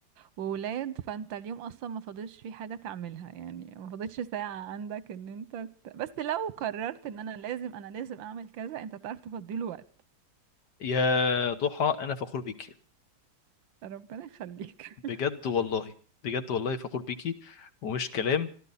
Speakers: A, on the right; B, on the left.
A: وولاد فانت اليوم اصلا ما فاضلش فيه حاجة تعملها يعني ما فاضلش ساعة عندك ان انت ت... بس لو قررت ان انا لازم انا لازم اعمل كذا انت تعرف تفضيله وقت
B: يا ضحى انا فخور بيكي
A: ربنا يخليك
B: بجد والله بجد والله فخور بيكي ومش كلام